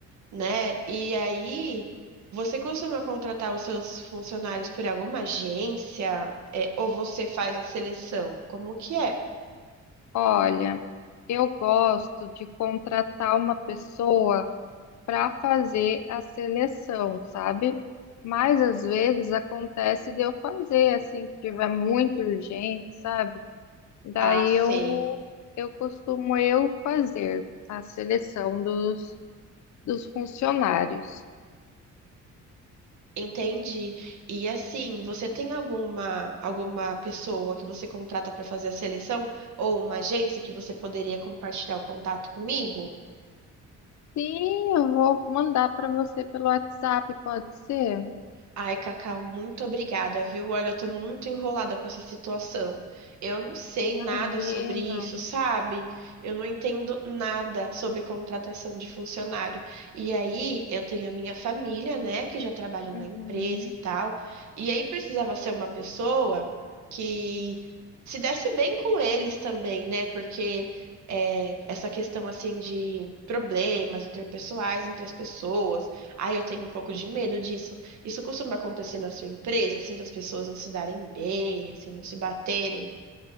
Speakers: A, on the right (about 65°); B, on the left (about 65°).
A: né? E aí, você costuma contratar os seus funcionários por alguma agência, é, ou você faz a seleção? Como que é?
B: Olha, eu gosto de contratar uma pessoa para fazer a seleção, sabe? Mas às vezes acontece de eu fazer assim, se tiver muito urgente, sabe? Daí
A: Ah, sei.
B: eu eu costumo eu fazer a seleção dos dos funcionários.
A: Entendi. E assim, você tem alguma alguma pessoa que você contrata para fazer a seleção ou uma agência que você poderia compartilhar o contato comigo?
B: Sim, eu vou mandar para você pelo WhatsApp, pode ser?
A: Ai, Cacau, muito obrigada, viu? Olha, eu tô muito enrolada com essa situação. Eu não sei
B: Imagina.
A: nada sobre isso, sabe? Eu não entendo nada sobre contratação de funcionário. E aí, eu tenho a minha família, né, que já trabalha
B: Uhum.
A: na empresa e tal. E aí, precisava ser uma pessoa que se desse bem com eles também, né? Porque. é, essa questão assim de problemas interpessoais entre as pessoas. Ai, eu tenho um pouco de medo disso. Isso costuma acontecer na sua empresa, assim, das pessoas não se darem bem, assim, não se baterem?